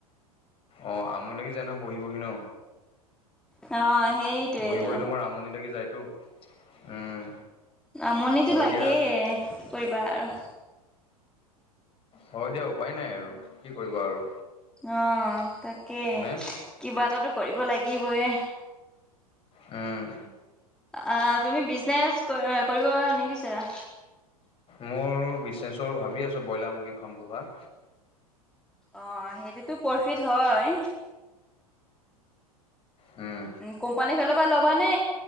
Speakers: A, on the left; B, in the centre.
A: অঁ আমনি লাগি যাই নহয় বহি বহি ন?
B: অ সেইটোৱেতো
A: বহি বহি তোমাৰ আমনি লাগি যায়তো উম।
B: আমনিটো
A: হয়
B: লাগেই,
A: দিয়া,
B: কি কৰিবা আৰু।
A: হয় দিয়া উপায় নাই আৰু কি কৰিবা আৰু
B: অ তাকে
A: হয়নে?
B: কিবা এটাটো কৰিব লাগিবই।
A: উম।
B: আ তুমি বিজনেচ ক কৰিব নিবিচাৰা?
A: মোৰ বিজনেছৰ ভাবি আছো ব্ৰইলাৰ মুৰ্গী ফাৰ্ম পোহা।
B: অ সেইটোতো প্ৰফিট হয়।
A: উম।
B: উম কোম্পানীৰ ফালৰ পৰা ল'বা নে